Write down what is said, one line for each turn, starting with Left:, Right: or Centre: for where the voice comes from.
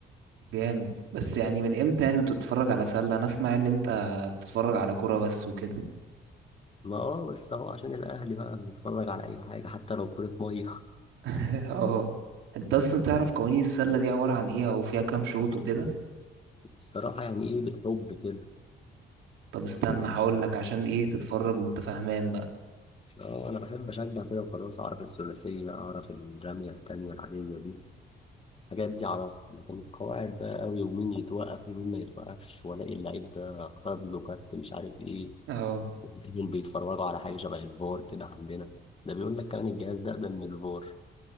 Right: جامد بس يعني من امتى يعني انت بتتفرج على سلة انا اسمع ان انت بتتفرج على كورة بس وكده
Left: ما اه بس اهو عشان الأهلي بقى بنتفرج على أي حاجة حتى لو كرة مية
Right: <laughs> اه انت اصلا تعرف قوانين السلة دي عبارة عن ايه او فيها كام شوط وكده
Left: <laughs> الصراحة يعني ايه بالحب كده
Right: طب استنى
Left: يعني
Right: هقول لك عشان ايه تتفرج وانت فاهمان بقى
Left: اه أنا بحب أشجع كده وخلاص أعرف الثلاثية أعرف الرمية التانية العادية دي الحاجات دي أعرفها لكن القواعد بقى أوي ومين يتوقف ومين ما يتوقفش وألاقي اللعيب ده خد له كارت مش عارف إيه
Right: اه
Left: وتلاقيهم بيتفرجوا على حاجة شبه الفار كده عندنا ده بيقول لك كمان الجهاز ده أقدم من الفار